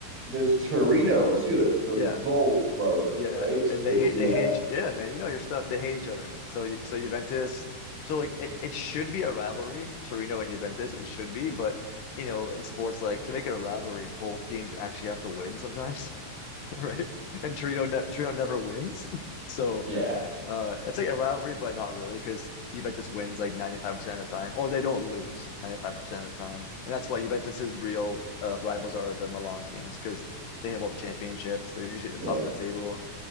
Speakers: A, on the right; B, on the left.
A: there's Torino too, like with the
B: yeah.
A: bull logo,
B: Yeah,
A: right? So
B: and
A: there's
B: they hate
A: yeah,
B: they hate each yeah, man. You know your stuff. They hate each other. So you- so Juventus. So like it, it should be a rivalry, Torino and Juventus. It should be, but you know in sports like to make it a rivalry, both teams actually have to win sometimes, <laughs> right? And Torino ne Torino never wins. <laughs> So
A: yeah,
B: uh, it's like a rivalry, but not really because Juventus wins like 95% of the time, or they don't lose 95% of the time, and that's why Juventus's real uh, rivals are the Milan teams because they have all the championships. They're usually at the
A: yeah,
B: top of the table.